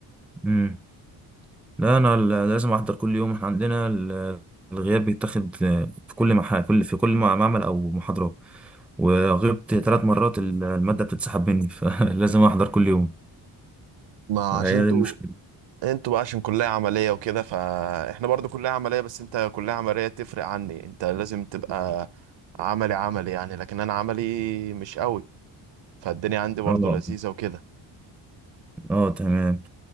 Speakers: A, in the centre; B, on the right.
A: مم. لا انا ال- لازم احضر كل يوم احنا عندنا ال- الغياب بيتاخد في كل محا كل في كل معمل او محاضرة وغبت ثلاث مرات ال- المادة بتتسحب مني <laughs> فلازم احضر كل يوم
B: ما
A: هي
B: عشان انتوا
A: دي المشكلة
B: انتوا بقى عشان كلية عملية وكده فاحنا برضو كلية عملية بس انت كلية عملية تفرق عني انت لازم تبقى عملي عملي يعني لكن انا عملي مش قوي فالدنيا عندي برضو
A: اه
B: لذيذة وكده
A: اه تمام